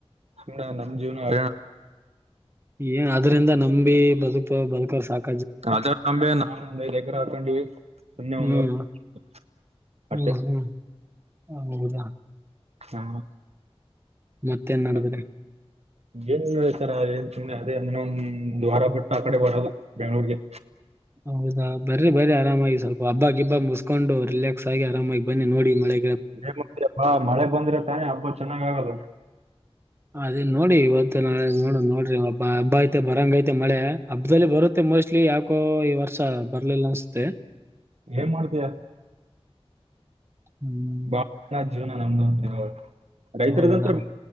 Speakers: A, on the right; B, on the right.
A: ಸುಮ್ನೆ ನಮ್ಜೀವನ
B: ಏನ್ ಅದ್ರಿಂದ ನಂಬಿ ಬದುಕೋ ಬಂಕ ಸಾಕ್.
A: ಕಜಾಕ್ ನಂಬೇ ನಾವ್ ಒಂದೖದ್ ಎಕರೆ ಹಾಕೊಂಡಿವಿ ಸುಮ್ಮನೆ
B: ಹ್ಮ್
A: ಒಂದ್ವರೆ <unintelligible> ಅಷ್ಟೆ.
B: ಹ್ಮ್ ಹ್ಮ್ ಹೌದಾ?
A: ಹಾ
B: ಮತ್ತೇನ್ ನಡದ್ರಿ
A: ಮತ್ತ ಏನಿಲ್ಲ ಈತರ ಹಾಗೆ ಸುಮ್ನೆ ಅದೇ ಇನ್ನೊಂದ್ವಾರ ಬಿಟ್ಟಾಕಡೆ ಬರೋದು ಬೆಂಗ್ಳೂರ್ಗೆ.
B: ಹೌದಾ ಬರ್ರೀ ಬರ್ರೀ ಆರಾಮಾಗಿ ಸ್ವಲ್ಪ ಹಬ್ಬಾಗಿಬ್ಬ ಮುಸ್ಕೊಂಡು ರಿಲ್ಯಾಕ್ಸ್ ಆಗಿ ಆರಾಮಾಗಿ ಬನ್ನಿ ನೋಡಿ ಮಳೆ
A: ಏನ್ ಮಾಡ್ತಿಯಪ್ಪಾ ಮಳೆ ಬಂದ್ರೆ ತಾನೆ ಹಬ್ಬ ಚೆನ್ನಾಗಾಗೋದು.
B: ಅದೇ ನೋಡಿ ಇವತ್ತು ನಾಳೆ ನೋ ನೋಡ್ರಿ. ಬ ಹಬ್ಬ ಐತೆ ಬರಂಗೖತೆ ಮಳೆ ಹ ಬ್ಬದಲ್ಲಿ ಬರುತ್ತೆ ಮೋಸ್ಟ್ಲಿ ಯಾಕೋ ಈ ವರ್ಷ ಬರ್ಲಿಲ್ಲ ಅನ್ಸುತ್ತೆ.
A: ಏನ್ ಮಾಡ್ತಿಯ. <inaudible>
B: ಹ್ಮ್
A: ಜೀವನ <unintelligible> ಹ ರೈತರದಂತೃ
B: ಹೌದಾ
A: <unintelligible>